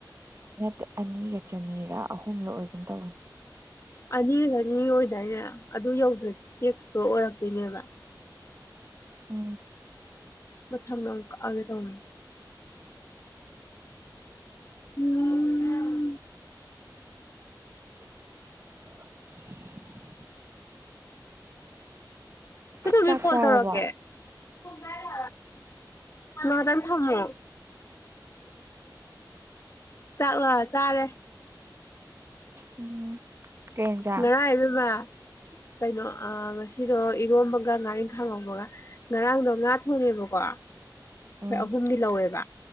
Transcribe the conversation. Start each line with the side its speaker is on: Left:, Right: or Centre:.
Right: ꯅꯠꯇꯦ ꯑꯅꯤꯒ ꯆꯅꯤ ꯑꯍꯨꯝꯂ ꯑꯣꯒꯨꯝ ꯇꯧꯒꯅꯤ
Left: ꯑꯅꯤꯒ ꯑꯅꯤꯒ ꯑꯣꯏꯗꯥꯏꯅꯦ ꯑꯗꯨ ꯌꯧ ꯇꯦꯛꯁꯇꯣ ꯑꯣꯏꯔꯛꯇꯣꯏꯅꯦꯕ
Right: ꯎꯝ
Left: ꯃꯊꯪꯗ ꯑꯣꯏꯅ ꯀꯛꯑꯒꯦ ꯇꯧꯅꯤ ꯎꯝ
Right: <unintelligible>
Left: ꯆꯦ ꯊꯣꯏꯕꯤ
Right: ꯆꯥꯛ
Left: ꯀꯣꯜ
Right: ꯆꯥꯔꯕꯣ
Left: ꯇꯧꯔꯥꯛꯀꯦ ꯐꯣꯟ ꯄꯥꯏꯗꯦ ꯍꯥꯏꯕ ꯉꯥꯍꯛꯇꯪ ꯊꯝꯃꯣ ꯆꯥꯛꯂꯣ ꯆꯥꯔꯦ
Right: ꯎꯝ ꯀꯩ ꯌꯦꯟꯖꯥꯡ
Left: ꯉꯔꯥꯡ ꯏꯕꯦꯝꯃ ꯀꯩꯅꯣ ꯉꯁꯤꯗꯣ ꯏꯔꯣꯝꯕꯒ ꯉꯥꯔꯤꯜꯈ ꯉꯧꯕꯒ ꯉꯔꯥꯡꯗꯣ ꯉꯥ ꯊꯣꯡꯉꯦꯕꯀꯣ ꯑꯩꯈꯣꯏ
Right: ꯎꯝ
Left: ꯑꯍꯨꯝꯒꯤ ꯂꯧꯋꯦꯕ